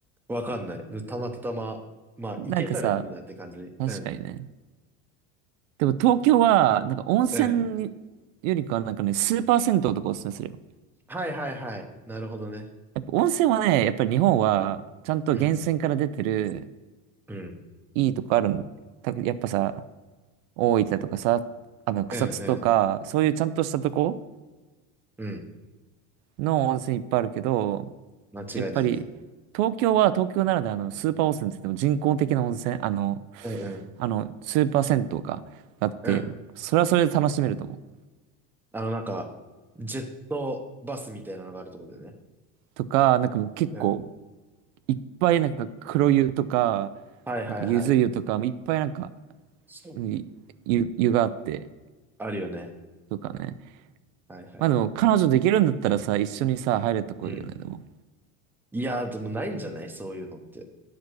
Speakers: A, in the centre; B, on the right.
A: わかんない。たまたま、まあ、
B: なんかさ、
A: 行けたらいいなって感じ。
B: 確かにね。
A: うん。
B: でも東京は、なんか温泉に
A: うん。
B: よりかはなんかね、スーパー銭湯とかおすすめするよ。
A: はいはいはい。なるほどね。
B: やっぱ温泉はね、やっぱり日本は、ちゃんと源泉から出てる、
A: うん。うん。
B: いいとこあるん。たやっぱさ、大分とかさ、あの、草津とか、
A: うんうん。
B: そういうちゃんとしたとこ
A: うん。
B: の温泉いっぱいあるけど、
A: 間違いないね。
B: やっぱり、東京は東京ならではのスーパー温泉って言っても人工的な温泉、あの、
A: うんうん。
B: あの、スーパー銭湯があって、
A: うん。
B: それはそれで楽しめると思う。
A: あの、なんか、ジェットバスみたいなのがあるところでね。
B: とか、なんかもう結構、
A: うん。
B: いっぱいなんか黒湯とか、
A: はいはいはい。
B: なんかゆず湯とか、いっぱいなんか、
A: そう
B: うん湯、湯があって、
A: あるよね。
B: とかね。
A: はいはい。
B: まあでも、彼女できるんだったらさ、一緒にさ、入れとこいいよね、
A: うん。
B: でも。
A: いやー、でもないんじゃないそういうのって。